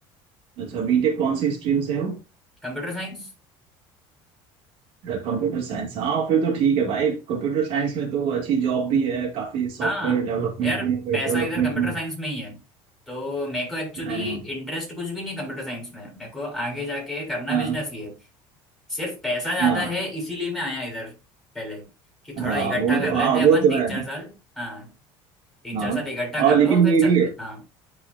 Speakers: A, on the right (about 55°); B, in the centre.
A: अच्छा बीटेक कौन सी स्ट्रीम से हो
B: Computer science
A: Computer science हाँ फिर तो ठीक है भाई कंप्यूटर साइंस में तो अच्छी जॉब भी है काफी सॉफ्टवेयर
B: हाँ
A: डेवलपमेंट
B: यार
A: में वेब
B: पैसा
A: डेवलपमेंट
B: इधर कंप्यूटर
A: में
B: साइंस में ही है तो मेरे को एक्चुअली
A: हाँ
B: इंटरेस्ट कुछ भी नहीं कंप्यूटर साइंस में मेरे को आगे जाके करना
A: हाँ
B: बिजनेस ही है सिर्फ पैसा ज्यादा
A: हाँ
B: है इसीलिए मैं आया इधर पहले कि थोड़ा
A: हाँ,
B: इकट्ठा
A: वो
B: कर
A: तो हाँ
B: लेते हैं
A: वो
B: अपन
A: तो
B: तीन
A: है
B: चार साल हाँ तीन
A: हाँ
B: चार साल इकट्ठा कर
A: और लेकिन
B: लो फिर
A: ये
B: चलते
A: भी है
B: हैं हाँ